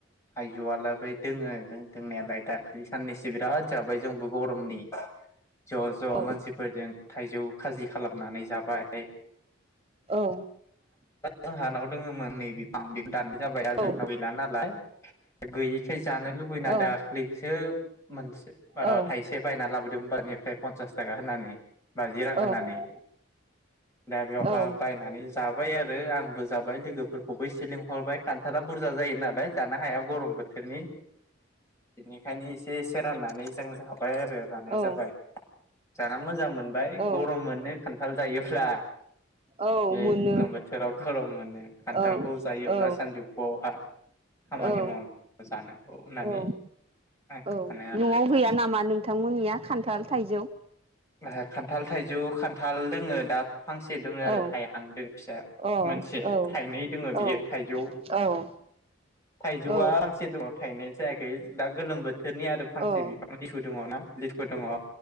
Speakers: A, on the left; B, on the right.
A: थायजौआलाय बै दोङो दोंनायालाय। ओमफ्राय दाखालि साननैसो बिराद जाबाय जोंबो गरमनि। ज' ज'
B: औ
A: मानसिफोरजों थाइजौ खाजि खालामनानै जाबाय।
B: औ।
A: जोंहानाव दङमोन नै बिफां बि दाननाय जाबाय दा जोंनाव
B: औ
A: गैला नालाय गैयिखाय जानो लुबैना
B: औ
A: दाख्लैसो मोनसे ओ
B: औ
A: थाइसे बायना लाबोदों। बाजारनिफ्राय पनसास थाखा होनानै। बाजि रां होनानै
B: औ
A: दा बेवहााय
B: औ
A: बायनानै जाबाय आरो आं बो जाबाय लोगोफोरखौबो एसे लिंहरबाय खान्थाला बुरजा जायो नालाय जानो हाया गरम बोथोरनि बेनिखायनो एसे एसे राननानै जों जाबाय आरो जानाय
B: औ
A: जाबाय। जाना मोजां मोनबाय
B: औ
A: गरम मोनो खान्थाल जायोब्ला।
B: औ
A: बे
B: मोनो।
A: गोलोम बोथोराव गरम मोनो खान्थालखौ
B: औ
A: जायोब्ला
B: औ
A: सानजौफुआवहा खामानि
B: औ
A: मावनांगौ जानांगौ होननानै
B: औ
A: आं
B: औ
A: सानो आरो
B: न'आव गैया नामा नोंथांमोननिया खान्थाल थाइजौ?
A: ओहो खान्थाल थाइजौ खान्थाल दोङो दा। फांसे दोङो आरो
B: औ
A: थाइहां दों फिसा
B: अ
A: मोनसे
B: औ
A: थाइनै दोङो बियो
B: औ
A: थाइजौ
B: औ।
A: थाइजौआ
B: औ
A: फांसे दङ। थायनाय जायाखै दा गोलोम बोथोरनि आरो फांसे
B: औ
A: बिफां लिसु दङ ना लिसु दङ।